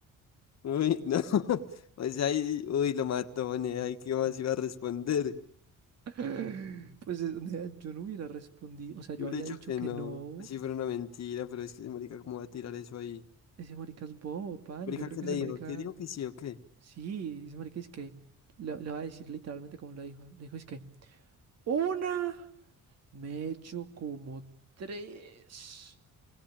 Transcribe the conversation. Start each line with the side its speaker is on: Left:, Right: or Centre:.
Left: Uy, no. <laughs> O sea, ahí, uy, lo mató, ¿no? Ahí, ¿qué más iba a responder?
Right: <laughs> pues es- nea, yo no hubiera respondido, o sea,
Left: Yo
Right: yo
Left: hubiera
Right: habría
Left: dicho
Right: dicho
Left: que
Right: que
Left: no.
Right: no,
Left: Así fuera una mentira, pero es que, marica, ¿cómo va a tirar eso ahí?
Right: ese marica es bobo, pan,
Left: Marica,
Right: yo creo
Left: ¿qué
Right: que
Left: le
Right: ese
Left: dijo?
Right: marica,
Left: ¿Qué dijo que sí o qué?
Right: sí, ese marica es que, le, le va a decir literalmente como lo dijo, le dijo es que, una, me he hecho como tres.